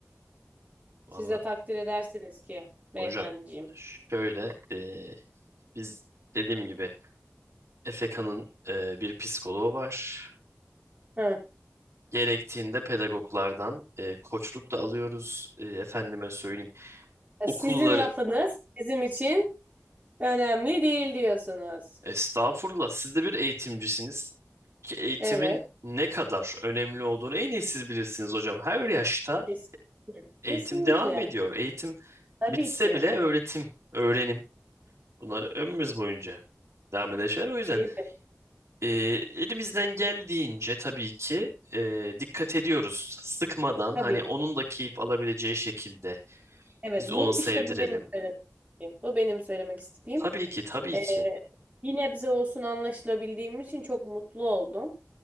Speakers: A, on the right (about 70°); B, on the right (about 30°).
A: vallahi
B: Siz de takdir edersiniz ki
A: hocam
B: beyefendiciğim.
A: şöyle eee, biz dediğim gibi EFEKA'nın eee, bir psikoloğu var.
B: Hı.
A: Gerektiğinde pedagoglardan eee, koçluk da alıyoruz. Eee, efendime söyleyeyim
B: E,
A: okulların
B: Sizin lafınız bizim için önemli değil diyorsunuz.
A: Estağfurullah. Siz de bir eğitimcisiniz ki eğitimin
B: Evet.
A: ne kadar önemli olduğunu en iyi siz bilirsiniz hocam. Her yaşta
B: Kesinlikle.
A: eğitim
B: Kesinlikle.
A: devam ediyor. Eğitim
B: Tabii
A: bitse
B: ki.
A: bile öğretim, öğrenim bunlar ömrümüz boyunca devam eden şeyler. O yüzden
B: Elbette.
A: e, elimizden geldiğince tabii ki e, dikkat ediyoruz. Sıkmadan
B: Tabii.
A: hani onun da keyif alabileceği şekilde
B: Evet
A: biz
B: bu
A: onu sevdirelim.
B: işte bu benim söylemek istediğim. Bu benim söylemek istediğim.
A: Tabii ki, tabii
B: Ee,
A: ki.
B: bir nebze olsun anlaşılabildiğim için çok mutlu oldum.